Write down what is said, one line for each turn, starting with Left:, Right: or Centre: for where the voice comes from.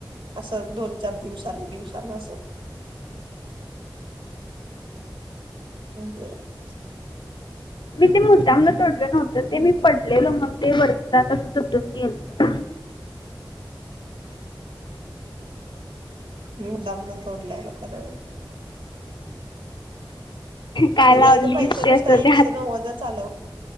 Right: असं, दोन-चार दिवसानं, दिवसानं असं फोन करायचा.
Left: मी ते मुद्द्यामनं तोडलं नव्हतं, ते मी पडलेलं, म्हणून ते वरचं असं तुटत गेलं
Right: मी मुद्दामनं तोडलेलो, खरं.
Left: काय
Right: तुझे
Left: लावलीस
Right: ह्याचे पैसे,
Left: ते
Right: नुसता
Left: असं
Right: एकशे
Left: ते हात
Right: नव्वदच आलंय